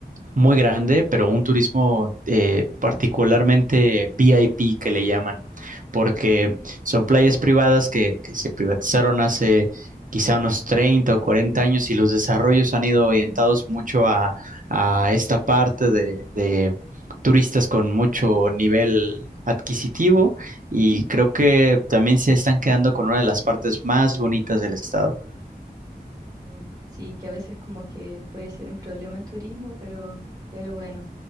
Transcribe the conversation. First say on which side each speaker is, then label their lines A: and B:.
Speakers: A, on the right; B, on the right.
A: muy grande, pero un turismo eh, particularmente VIP que le llaman, porque son playas privadas que, que se privatizaron hace quizá unos 30 o 40 años y los desarrollos han ido orientados mucho a, a esta parte de, de turistas con mucho nivel adquisitivo y creo que también se están quedando con una de las partes más bonitas del estado.
B: Mm, Sí, que a veces como que puede ser un problema el turismo, pero, pero bueno.